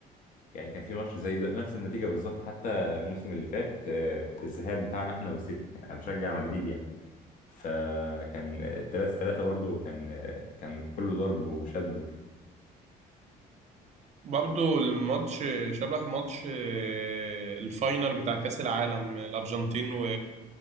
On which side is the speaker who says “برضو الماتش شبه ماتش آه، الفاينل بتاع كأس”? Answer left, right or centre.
Right